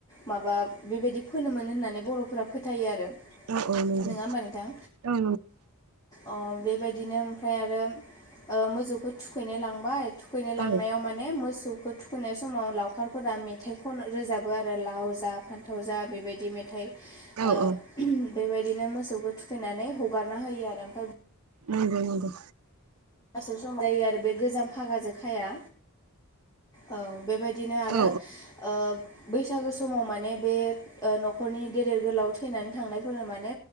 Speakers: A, on the left; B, on the right.
A: माबा बेबायदि फोनोमोन होननानै बर'फोरा फोथायो आरो।
B: औ औ औ नंगौ
A: नोङा होमबा नोंथां?
B: औ नंगौ
A: ओ अ बेबायदिनो ओमफ्राय आरो ओ मोजौखौ थुखैनाय लांबाय थु खैनो लांनायाव
B: औ उम
A: माने मोसौखो थुखैनाय समाव लावखारफोरा मेथाइ खन रोजाबो आरो लाव जा फान्थाव जा बेबायदि मेथाइ
B: औ
A: ओ
B: औ
A: बेबायदिनो मोसौखौ थुखैनानै हगारना होयो आरो ओमफाय
B: नोंगौ नोंगौ।
A: लासे समजायो आरो बे गोजाम फागाजो खाया औ। बेबायदिनो आरो
B: औ
A: ओ बैसागो समाव माने बे ओ न'खरनि गेदेर गोलाव थैनानै थांनायफोरनो माने